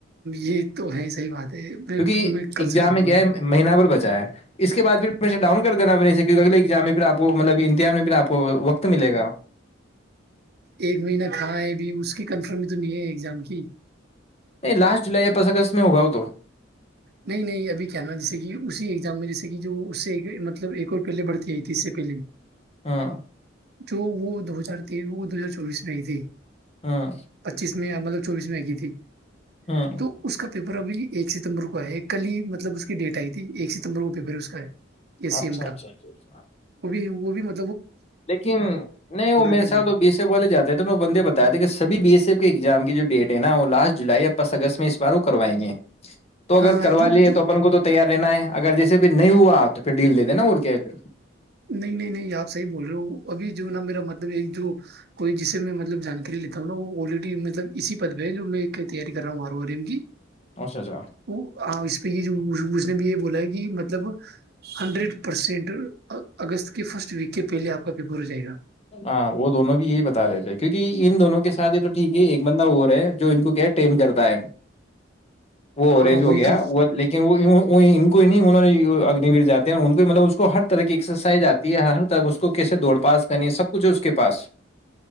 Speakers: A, on the right; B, on the left.
A: یہ تو ہے صحیح بات ہے میں
B: کیونکہ
A: میں کل
B: اگزام
A: سے جاؤں
B: میں کیا
A: گا
B: ہے مہین پر بچا ہے اس کے بعد پھرمیشن ڈاؤن کر دینا پے کیونکہ اگے ایگزام میں پھر آپ کو مطلب امتحان میں پھر آپ کو وقت ملے گا
A: ایک مہینہ کھا ہے ا بھی اس کی کنفرم تو نہیں ہے ایگزام کی
B: نہیں لاسٹ جولائی یا پس اگست میں ہوگا وہ تو
A: نہیں نہیں ابھی کیا نا جیسے کہ اسی ایگزام میں جیسے کہ جو اس سے مطلب ایک اور پہلے بڑھتی آئی تھی اس سے پہلے
B: ہاں
A: جو وہ دو ہزار ت وہ دو ہزار چوبیس میں ہی تھی
B: ہاں
A: پچیس میں مطلب چوبیس میں آئی کی تھی
B: ہاں
A: تو اس کا پ پر بھی یہ چتم رک ہے کل ہی مطلب اس کی ڈیٹ آئی تھی ایک ستمبر کو پیپر اس کا ہے ایس
B: اچھا
A: سی ایم کا
B: اچھاچ جھ
A: وہ بھی وہ بھی م
B: لیکن نہیں وہ میرے
A: کے
B: ساتھ
A: لیے
B: وہ بیس والے جاتے تھ تو بندے بتاائے تھے کہ سب بی ایس کی اگزام کی جو ڈٹ ہے نا وہ لاٹ جولائی یا پس اگست میں اس بار وہ کروائیں گے تو اگر
A: ہاں ہاں
B: کروا
A: جو
B: لیے
A: جو
B: تو اپ کو تو تیار لین ہے اگر جیسے پھر نہیں ہوا تو پھر ڈیل دے دینا ا کے ہے پھر
A: نہیں نہیں نہیں آپ صحی بول رہے ہو ابھی جو نا میرا مطلب ایک جو کوئی جسے میں مطلب جانکاری لیتا ہوں نا وہ آلریڈی مطلب اسی پد پہ ہے جو میں تیاری کر رہا ہوں آر ایم کی
B: اچھا اچھا
A: وہ ہاں اس پہ یہ جو پوچھنے بھی ہے بولا کہ مطلب ہنڈریڈ پرسینٹ اگست کے فرسٹ ویک کے پہلے آپ کا پیپر ہو جائے گا
B: ہاں وہ دونوں بھی یہی بتا رہے تھے کیونکہ ان دونوں کے ساتھ یہ تو ٹھیک ہے ایک بندہ وہ ہے جو ان کو کیا ہے ٹین کرتا ہے وہ اوریج
A: ہاں
B: ہو
A: وہی
B: گیا
A: تو
B: وہ لیکن وہ ان کو ان نہیں انہوں اگنییر جاتے ہیں ان کو مطلب اس کو ہر طرح کی ایکسرسائز آتی ہے ہر طرح اس کو کیسے دوڑ پاس کہنی سب کچھ ہے اس کے پاس